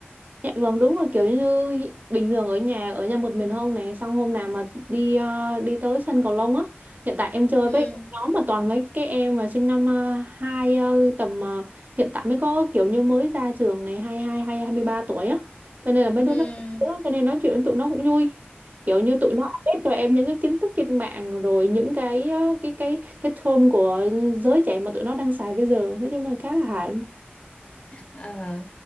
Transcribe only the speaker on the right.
Dạ vâng đúng rồi kiểu như bình thường ở nhà ở nhà một mình không này xong hôm nào mà đi ờ, đi tới sân cầu lông á hiện tại em chơi
với nhóm mà toàn mấy cái em mà sinh năm ờ, hai ờ, tầm ờ, hiện tại mới có kiểu như mới ra trường này hai hai hai hai mươi ba tuổi á cho nên là mấy đứa
nó cho nên nói chuyện với tụi nó cũng vui kiểu như tụi nó update cho em những cái kiến thức trên mạng rồi những cái ờ, cái cái cái term của giới trẻ mà tụi nó đang xài bây giờ nói chung là khá là hài